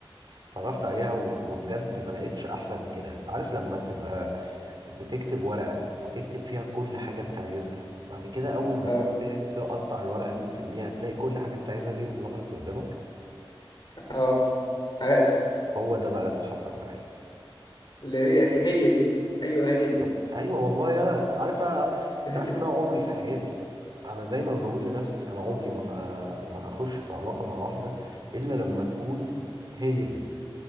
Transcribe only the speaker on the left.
اه
اه عارف
اللي هي هي دي ايوه هي دي
<laughs>